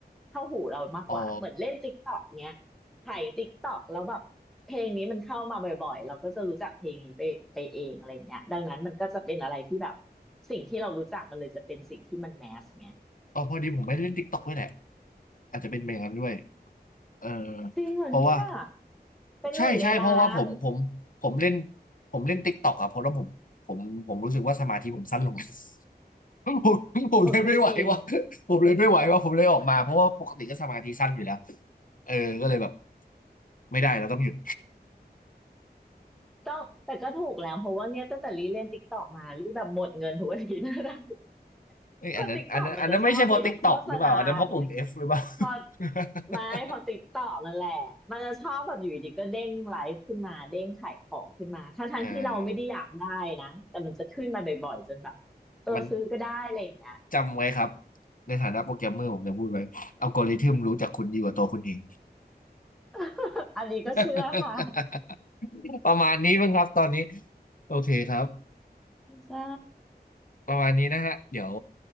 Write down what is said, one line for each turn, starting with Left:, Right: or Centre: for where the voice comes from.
Centre: เข้าหูเรามากกว่าเหมือนเล่น
Left: อ๋อ
Centre: TikTok เงี้ยไถ TikTok แล้วแบบเพลงนี้มันเข้ามาบ่อยๆเราก็จะรู้จักเพลงนี้ไปไปเองอะไรเงี้ยดังนั้นมันก็จะเป็นอะไรที่แบบสิ่งที่เรารู้จักมันเลยจะเป็นสิ่งที่มันแมสไง
Left: อออพอดีผมไม่ได้เล่นติ๊กต็อกด้วยแหละอาจจะเป็นอย่างนั้นด้วยเออ
Centre: จริงเหรอเนี่ย
Left: เพราะว่า
Centre: เป็นหนึ่งในล้าน
Left: ใช่ใช่เพราะว่าผมผมผมเล่นผมเล่นติ๊กต็อกอะเพราะว่าผมผมผมรู้สึกว่าสมาธิผมสั้นลง <laughs> ผมผมเลยไม่ไหวว่ะ
Centre: โอ้ก็จริง
Left: ผมเลยไม่ไหวว่ะผมเลยออกมาเพราะว่าปกติก็สมาธิสั้นอยู่แล้วเออก็เลยแบบไม่ได้เราต้องหยุด
Centre: ต้องแต่ก็ถูกแล้วเพราะว่าเนี่ยตั้งแต่รีเล่นติ๊กตอกมารีแบบหมดเงินทุกอาทิตย์นะ <laughs>
Left: เอ้ยอันนั้นอันนั้นอันนั้นไม่ใช่เพราะติ๊กต็อกหรือเปล่าอันนั้นเพราะปุ่ม
Centre: เพราะติ๊กตอกมันจะชอบมีแบบโฆษณาไง
Left: F หรือเปล่า <laughs>
Centre: พอไม่พอติ๊กตอกนั่นแหละมันจะชอบแบบอยู่ดีก็เด้งไลฟ์ขึ้นมาเด้งขายของขึ้นมาทั้งทั้งที่เราไม่ได้อยากได้นะแต่มันจะขึ้นมาบ่อยๆจนแบบเออซื้อก็ได้อะไรอย่างเงี้ย
Left: เออมันจำไว้ครับในฐานะโปรแกรมเมอร์ผมจะพูดไว้อัลกอริทึมรู้จักคุณดีกว่าตัวคุณเอง
Centre: <laughs> อันนี้ก็เชื่อค่ะ
Left: <laughs> ประมาณนี้มั้งครับตอนนี้โอเคครับ
Centre: ใช่
Left: ประมาณนี้นะฮะเดี๋ยว